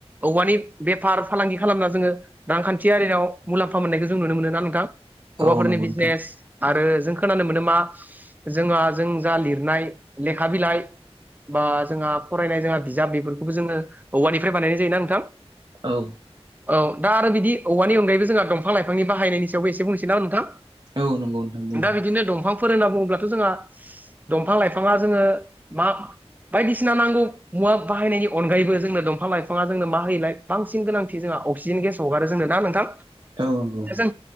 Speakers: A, on the right; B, on the right.
A: औवानि बेफार फालांगि खालामना जोङो रांखान्थि आरिनाव मुलाम्फा मोननायखौ जों नुनो मोनो ना नोंथां औवाफोरनि
B: औ नंगौ
A: बिजनेस
B: नोंथां
A: आरो जों खोनानो मोनो मा जोंहा जों जा लिरनाय लेखा बिलाइ बा जोंहा फरायनाय जोंहा बिजाब बेफोरखौबो जोङो औवानिफ्राय बानायनाय जायोना नोंथां
B: औ
A: औ दा आरो बिदि औवानि अनगायैबो जोंहा दंफां लाइफांनि बाहायनायनि सायावबो एसे बुंसै नामा नोंथां।
B: औ नंगौ नोंथां बुंदों।
A: दा बिदिनो दंफांफोर होनना बुङोब्लाथ' जोंहा दंफां लाइफाङा जोङो मा बायदिसिना नांगौ मुवा बाहायनायनि अनगायैबो जोंनो दंफां लाइफाङा जोंनो मा होयोलाय बांसिन गोनांथि जोंहा अक्सिजेन गेस हगारो जोंनो दा नोंथां?
B: औ नंगौ
A: दा जों